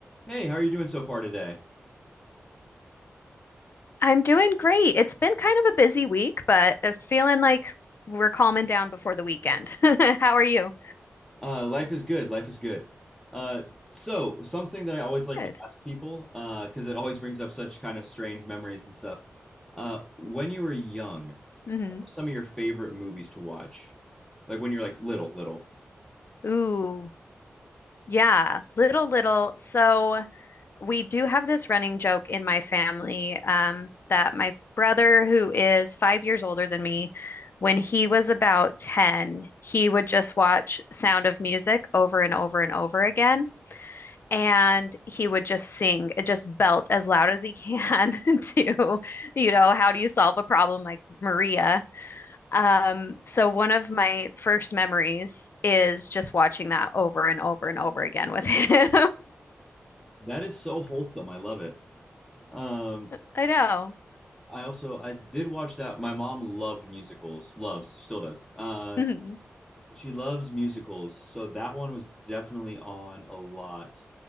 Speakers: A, in the centre; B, on the left.
A: Hey, how are you doing so far today?
B: I'm doing great. It's been kind of a busy week, but i feeling like we're calming down before the weekend. <laughs> How are you?
A: Uh, life is good. Life is good. Uh, so, something that I always like
B: Good.
A: to ask people, uh, because it always brings up such kind of strange memories and stuff. Uh, when you were young, what
B: hmm
A: were some of your favorite movies to watch, like when you're like little, little.
B: Ooh, yeah, little, little. So we do have this running joke in my family, um, that my brother, who is five years older than me, when he was about 10, he would just watch Sound of Music over and over and over again. and he would just sing it just belt as loud as he can <laughs> to you know how do you solve a problem like Maria um so one of my first memories is just watching that over and over and over again with him
A: That is so wholesome. I love it. Um,
B: <laughs> I know
A: I also I did watch that. My mom loved musicals. Loves, still does. Uh,
B: hmm
A: she loves musicals, so that one was definitely on a lot.